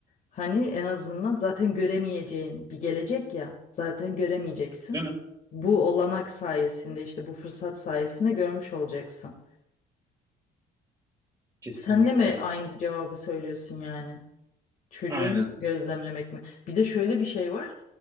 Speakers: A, on the left (about 50°); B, on the right (about 20°).
A: hani en azından zaten göremeyeceğin bir gelecek ya. Zaten göremeyeceksin.
B: Değil mi?
A: Bu olanak sayesinde işte bu fırsat sayesinde görmüş olacaksın.
B: Kesinlikle.
A: Sen de mi aynı cevabı söylüyorsun yani? Çocuğunu
B: Aynen.
A: gözlemlemek mi? Bir de şöyle bir şey var.